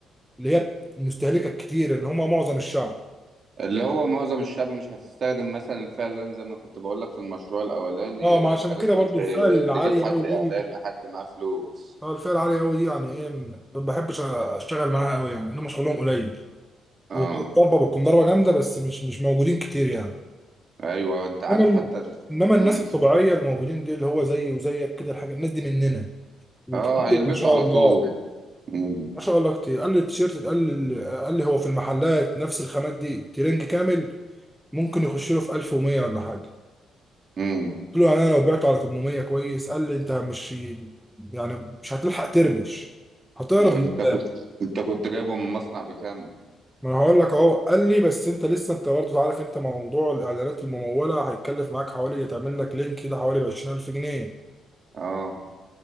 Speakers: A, in the centre; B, on the right.
A: اللي هي المستهلكه الكتير اللي هم معظم الشعب
B: اللي هو معظم الشعب مش هتستخدم مثلا فعلا زي ما كنت بقول لك في المشروع الاولاني
A: اه
B: اللي
A: ما عشان
B: انت لازم
A: كده برضه
B: انت
A: الفئه العاليه
B: تجيب حد
A: قوي دي
B: اعلامي حد معاه فلوس
A: اه الفئه العاليه قوي دي يعني ايه ما بحبش اشتغل معاها قوي يعني هم شغلهم قليل
B: اه
A: او ضربه بتكون ضربه جامده بس مش مش موجودين كتير يعني
B: ايوه انت عارف
A: انما ال-
B: حتى
A: انما الناس
B: امم
A: الطبيعيه اللي موجودين دي اللي هو زيي وزيك كده الحاجه الناس دي مننا وكتير
B: اه هيلبسوا
A: ما شاء
B: على
A: الله
B: طول امم
A: ما شاء الله كتير قال لي التيشيرت قال لي قال لي هو في المحلات نفس الخامات دي ترنج كامل ممكن يخش له في 1100 ولا حاجه
B: امم
A: قلت له يعني انا لو بعته على 800 كويس قال لي انت مش يعني مش هتلحق ترمش هتعرض
B: انت
A: قدام
B: كنت انت كنت جايبه من مصنع بكام
A: ما انا هقول لك اهو قال لي بس انت لسه انت برضه عارف انت موضوع الاعلانات المموله هيتكلف معاك حوالي تعمل لك لينك كده حوالي ب 20000 جنيه
B: اه